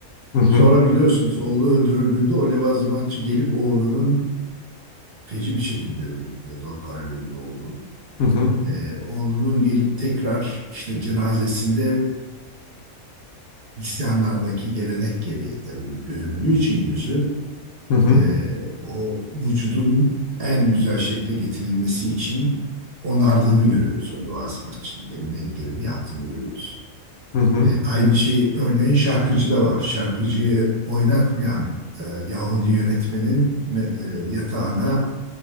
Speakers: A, on the left; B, on the right.
A: hı
B: Sonra biliyorsunuz oğlu öldürüldüğünde o levazımatçı gelip oğlunun feci bir şekilde öldürüyor Don Carlo'nun oğlu.
A: hı hı
B: Ee, oğlunun gelip tekrar işte cenazesinde Hristiyanlardaki gelenek gereği tabii göründüğü için yüzü
A: hı
B: e, o vücudun en güzel şekle getirilmesi için onardığını görüyoruz o levazımatçının elinden geleni yaptığını görüyoruz.
A: hı
B: E, aynı şey örneğin şarkıcıda var. Şarkıcıyı oynatmayan e, Yahudi yönetmenin e, yatağına